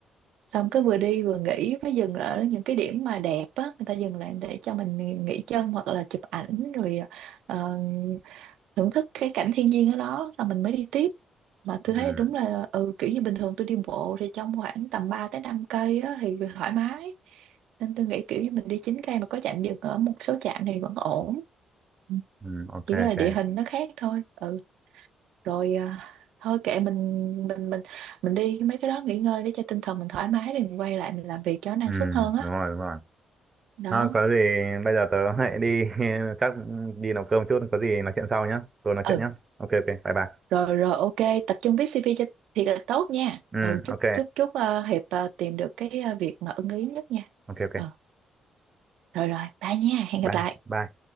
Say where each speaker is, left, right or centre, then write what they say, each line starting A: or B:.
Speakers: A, on the right; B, on the right.
A: Xong cứ vừa đi vừa nghỉ với dừng ở những cái điểm mà đẹp á, người ta dừng lại để cho mình nghỉ chân hoặc là chụp ảnh rồi ờ, thưởng thức cái cảnh thiên nhiên ở đó xong mình mới đi tiếp mà tôi
B: ừ
A: thấy đúng là ừ, kiểu như bình thường tôi đi bộ thì trong khoảng tầm 3 tới 5 cây á, thì thoải mái nên tôi nghĩ kiểu như mình đi 9 cây mà có trạm dừng ở một số trạm thì vẫn ổn Ừ,
B: ừ ok
A: chỉ có
B: ok
A: là địa hình nó khác thôi ừ rồi à, thôi kệ mình mình mình mình đi mấy cái đó nghỉ ngơi để cho tinh thần mình thoải mái rồi mình quay lại mình làm việc cho nó năng
B: ừ
A: suất hơn á
B: đúng rồi đúng rồi
A: đó.
B: Thôi có gì bây giờ tớ hãy đi <laughs> chắc đi nấu cơm chút có gì nói chuyện sau nhá rồi nói chuyện
A: ừ
B: nhá ok ok bye bye
A: Rồi rồi ok, tập trung viết CV cho thiệt là tốt nha.
B: ừ
A: Ừ chúc
B: ok
A: chúc chúc ờ, Hiệp ờ, tìm được cái ờ, việc mà ưng ý nhất nha.
B: ok ok
A: Ừ rồi rồi, bye nha, hẹn gặp
B: bye
A: lại.
B: bye